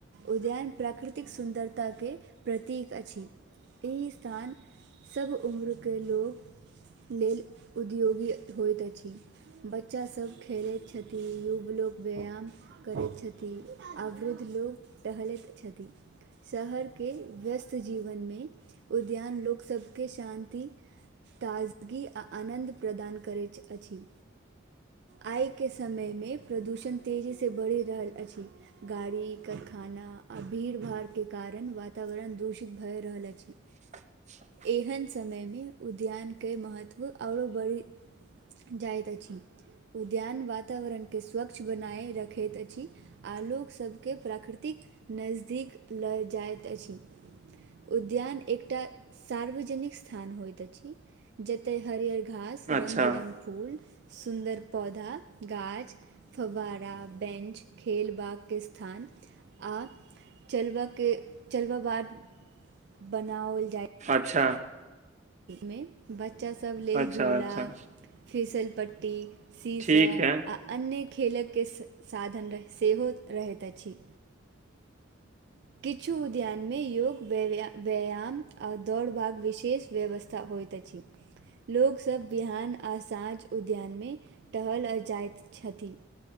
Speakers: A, on the right; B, on the right.
A: उद्यान प्राकृतिक सुन्दरता ताकी के प्रतीक अछि, एहि स्थान सब उम्रके लोक लेल उद्योगी होइत अछि, बच्चासभ खेलैत छथि। युव लोक व्यायाम करैत छथिन, आ वृद्ध लोक टहलैत छथि। शहरके व्यस्त जीवनमे उद्यान लोक सबके शान्ति ताजगी आ आनन्द प्रदान करैत अछि। आइके समयमे प्रदूषण तेजीसँ बढ़ि रहल अछि। गाड़ी कारखाना आ भीड़- भाड़के कारण वातावरण दूषित भए रहल अछि।
B: <inaudible>
A: एहन समयमे उद्यानके महत्व आओर बढ़ि जाइत अछि। उद्यान वातावरण के स्वच्छ बनाय रखैत अछि, आ लोक सब के प्राकृत तीक नजदीक लऽ जाइत अछि। उद्यान एकटा सार्वजनिक स्थान होइत अछि। जते हरियर घास
B: अच्छा
A: रंग बिरंग फूल सुन्दर पौधा गाछ फवहारा बेंच खेल बाग के स्थान आ चलब के चलबऽ बाद बनाओल जाइ
B: अच्छा।
A: मे, बच्चा सब लेल
B: अच्छा
A: झूला
B: अच्छा
A: फिसल पट्टी शी-
B: ठीक
A: शाॅ
B: है
A: आ अन्य खेलकके साधन सेहो रहैत अछि। किछु उद्यानमे योग व्यायाम - व्याम आ दौड़बाध विशेष व्यवस्था होइत अछि। लोको सब बिहान आ साँझ उद्यान में टहल जाइत छथिन।